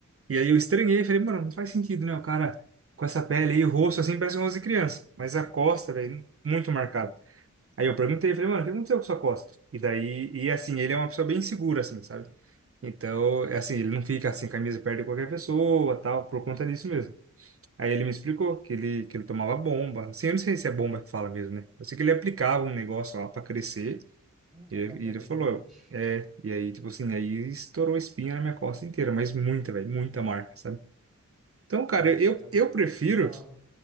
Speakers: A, on the right (about 45°); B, in the centre.
A: E aí eu estranhei, falei, mano, não faz sentido, né? O cara com essa pele aí, o rosto, assim, parece um rosto de criança. Mas a costa, velho, muito marcada. Aí eu perguntei, falei, mano, o que aconteceu com sua costa? E daí, e assim, ele é uma pessoa bem segura, assim, sabe? Então, é assim, ele não fica assim, camisa perto de qualquer pessoa, tal, por conta disso mesmo. Aí ele me explicou que ele, que ele tomava bomba. Assim, eu não sei se é bomba que fala mesmo, né? Eu sei que ele aplicava um negócio lá pra crescer,
B: É
A: e, ele-
B: anabolizante,
A: e ele falou, é, e aí, tipo assim, aí estourou espinha na minha costa inteira, mas muita, velho, muita marca, sabe? Então, cara,
B: né?
A: eu,
B: Fica
A: eu prefiro.
B: bizarro.